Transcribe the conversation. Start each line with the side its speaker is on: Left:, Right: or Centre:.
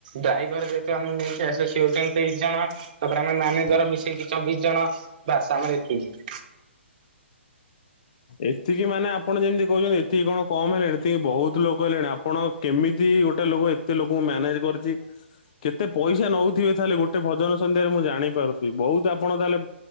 Right: ଡ୍ରାଇଭର ଯେହେତୁ ଆମକୁ ନେଇକି ଆସେ ସେ ହୋଉଚନ୍ତି ତେଇଶ ଜଣ। ତାପରେ ଆମେ ମ୍ୟାନେଜର ମିଶେଇକି ଚବିଶ ଜଣ ବାସ ଆମର ଏତିକି
Left: ଏତିକି ମାନେ ଆପଣ ଯେମିତି କହୁଛନ୍ତି ଏତିକି କଣ କମ ହେଲେଣି ଏତିକି ବହୁତ ଲୋକ ହେଲେଣି। ଆପଣ କେମିତି ଗୋଟେ ଲୋକ ଏତେ ଲୋକଙ୍କୁ ମ୍ୟାନେଜ କରିଛି। କେତେ ପଇସା ନଉଥିବେ ତାହେଲେ ଗୋଟେ ଭଜନ ସନ୍ଧ୍ୟାରେ ମୁଁ ଜାଣିପାରୁଥିବି। ବହୁତ ଆପଣ ତାହେଲେ